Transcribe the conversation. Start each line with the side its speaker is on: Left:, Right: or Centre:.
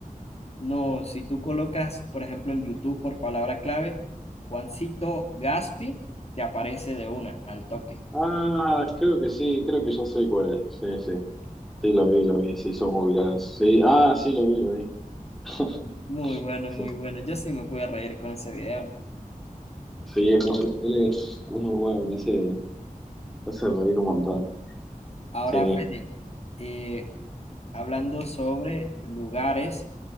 Left: No, si tú colocas, por ejemplo, en YouTube por palabra clave, Juancito Gaspi, te aparece de una, al toque.
Centre: Ah, creo que sí, creo que ya sé cuál es. Sí, sí. Sí, lo vi, lo vi, se hizo muy viral. Sí, ah, sí, lo vi, lo vi. <laughs>
Left: Muy bueno,
Centre: Sí,
Left: muy bueno. Yo sí me pude reír con ese video.
Centre: sí, es muy- él es, es muy bueno, me hace, me hace reír un montón.
Left: Ahora,
Centre: Sí.
Left: Fede, eh, hablando sobre lugares,